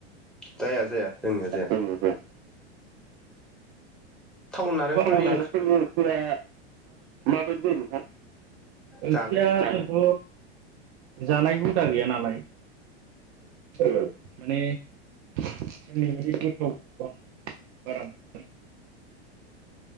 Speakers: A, in the centre; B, on the right.
A: जाया जाया जोंनिया जाया।
B: ओं दे
A: थाव नारेंखलनि
B: गोबां थाव नालेंखरनि ओंख्रिया माबायदि जायो नोंथां? ओंख्रिया
A: जानो
B: जोंथ' जानाय हुदा गैया नालाय ओ माने जोंनि बायदि गोथावखौ आं बारा मोना